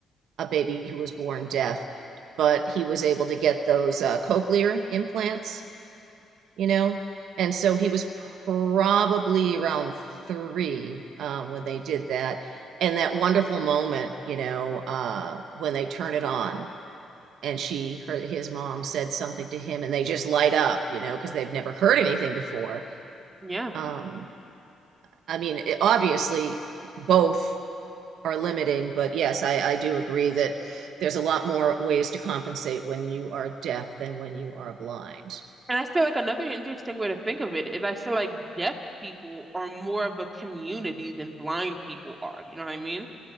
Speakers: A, on the right (about 75°); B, on the right (about 20°).
A: a baby who was born deaf, but he was able to get those uh, cochlear implants, you know, and so he was probably around three um, when they did that, and that wonderful moment, you know, uh, when they turn it on. And she, her, his mom said something to him, and they just light up, you know, because they've never heard anything before.
B: Yeah.
A: Um, I mean, it, obviously, both are limiting, but yes, I, I do agree that there's a lot more ways to compensate when you are deaf than when you are blind.
B: And I feel like another interesting way to think of it is I feel like deaf people are more of a community than blind people are. You know what I mean?